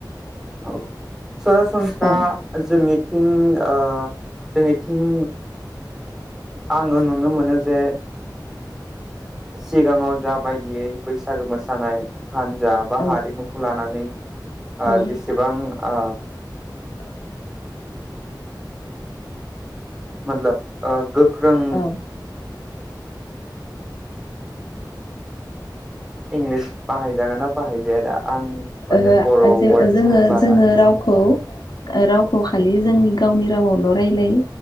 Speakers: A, in the centre; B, on the left (about 65°).
A: औ। सरासनस्रा
B: औ
A: जोंनि थिं जोनिथिं आङो नुनो मोनो जे। सिगाङाव जा बायदियै बैसागो मोसानाय हानजा बा
B: औ
A: हारिमुखौ लानानै आ
B: औ
A: जेसेबां आ
B: <inaudible>
A: मतलब ओ। गोख्रों।
B: औ
A: इंलिस बाहै जागोना बाहायजाया दा आं माने
B: ओ
A: बर'
B: जो
A: वार्डखौनो
B: ओ जोङो
A: बारा
B: जोङो रावखौ ओ रावखौ खालि जोंनि गावनि रावावल रायलायो